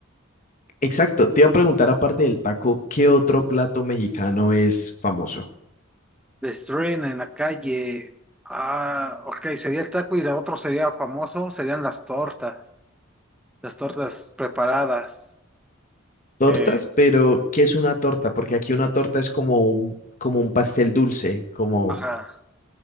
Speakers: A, on the left (about 40°); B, in the centre.
A: Exacto, te iba a preguntar aparte del taco, ¿qué otro plato mexicano es famoso?
B: Destruyen en la calle. Ah, ok, sería el taco y la otro sería famoso, serían las tortas. Las tortas preparadas.
A: Tortas,
B: eh,
A: pero ¿qué es una torta? Porque aquí una torta es como un, como un pastel dulce, como
B: ajá,